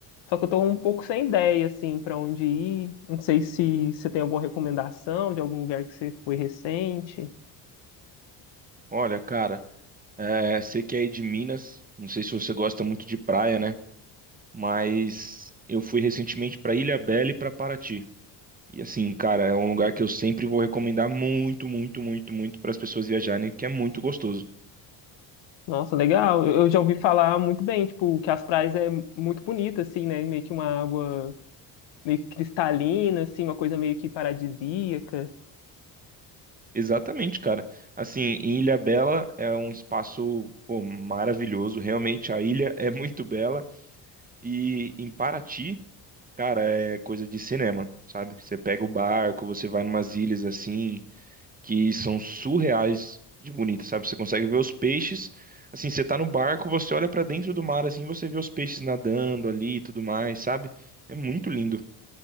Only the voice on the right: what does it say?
Olha, cara, é, sei que é aí de Minas, não sei se você gosta muito de praia, né? Mas eu fui recentemente pra Ilhabela e pra Paraty. E assim, cara, é um lugar que eu sempre vou recomendar muito, muito, muito, muito para as pessoas viajarem, que é muito gostoso.
Exatamente, cara. Assim, em Ilhabela é um espaço, pô, maravilhoso. Realmente a ilha é <laughs> muito bela. E em Paraty Cara, é coisa de cinema, sabe? Você pega o barco, você vai numas ilhas assim, que são surreais de bonitas, sabe? Você consegue ver os peixes. Assim, você tá no barco, você olha pra dentro do mar assim, você vê os peixes nadando ali e tudo mais, sabe? É muito lindo.